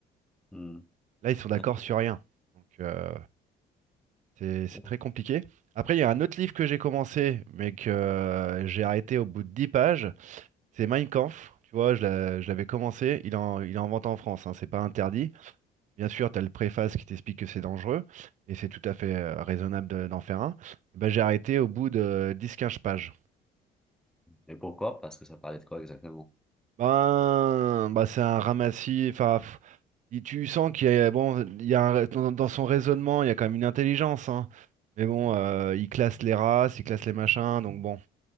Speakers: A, in the centre; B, on the right.
A: Hmm.
B: là, ils sont d'accord
A: <laughs>
B: sur rien. Donc, euh, c'est c'est
A: Hein
B: très compliqué. Après, il y a un autre livre que j'ai commencé, mais que euh, j'ai arrêté au bout de 10 pages. C'est Mein Kampf, tu vois, je l'a- je l'avais commencé, il est en, il est en vente en France, hein, c'est pas interdit. Bien sûr, tu as le préface qui t'explique que c'est dangereux, et c'est tout à fait euh, raisonnable de- d'en faire un. Et ben, j'ai arrêté au bout de dix quinze pages.
A: Et pourquoi? Parce que ça parlait de quoi exactement?
B: Ben, bah, c'est un ramassis, enfin, pff, il- tu sens qu'il y a, bon, il y a un- dans, dans son raisonnement, il y a quand même une intelligence, hein. Mais bon, euh, il classe les races, il classe les machins, donc bon.